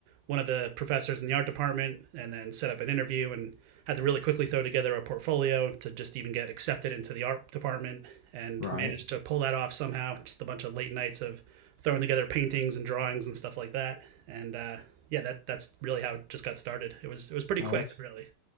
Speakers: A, on the right; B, on the left.
A: one of the professors in the art department and then set up an interview and had to really quickly throw together a portfolio to just even get accepted into the art department and
B: Right.
A: managed to pull that off somehow. Just a bunch of late nights of throwing together paintings and drawings and stuff like that. And uh, yeah, that that's really how it just got started. It was it was pretty
B: Oh,
A: quick,
B: that's
A: really.